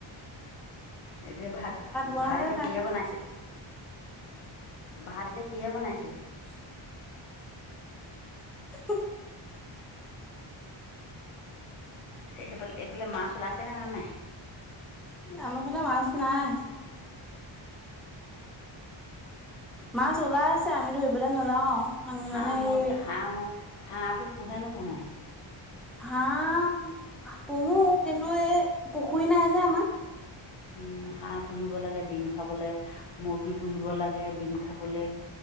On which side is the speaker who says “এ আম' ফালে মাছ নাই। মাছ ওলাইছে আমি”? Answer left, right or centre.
Centre